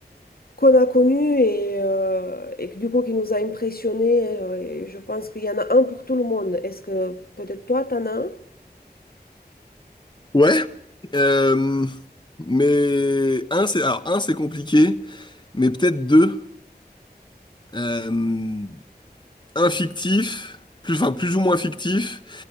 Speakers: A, on the left; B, on the left.
A: qu'on a connue et, euh, et que, du coup, qui nous a impressionnés. euh, et je pense qu'il y en a un pour tout le monde. Est-ce que peut-être toi, t'en as un?
B: Ouais, euh, mais un c'est alors un c'est compliqué, mais peut-être deux. Euh, un fictif, plus enfin plus ou moins fictif,